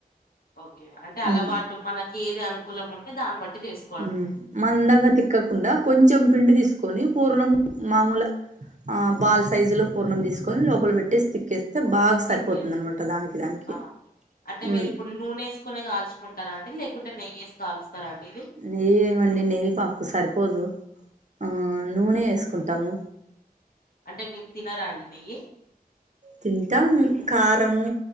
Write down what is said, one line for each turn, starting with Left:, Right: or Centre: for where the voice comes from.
Left: ఓకే అంటే అలవాటు
Right: ఉమ్,
Left: మనకి ఏది అనుకూలం ఉంటే దాన్ని బట్టి చేసు
Right: ఉమ్మ్ మందంగా తిక్కకుండా కొంచెం పిండి తీసుకొని పూర్ణం మామూల ఆ బాల్ సైజులో పూర్ణం తీసుకొని లోపల పెట్టేసి తక్కేస్తే బా సరిపోతుంది
Left: దిక్కే
Right: అనమాట దానికి దానికి
Left: ఆ అంటే
Right: ఉమ్మ్
Left: మీరు ఇప్పుడు నూనె ఏసుకునే కాల్చుకుంటారాండి లేకుంటే నెయ్యి ఏసి కాలుస్తారాండి ఇవి
Right: నెయ్యి ఏమండి నెయ్యి పాకు సరిపోదు ఆ నూనె ఏసుకుంటాము
Left: అంటే మీరు తినరాండి నెయ్యి
Right: తింటాం కారము